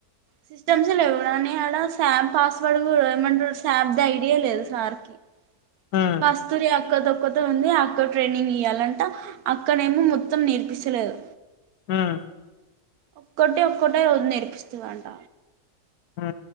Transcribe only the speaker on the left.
హ్మ్
అహ
హు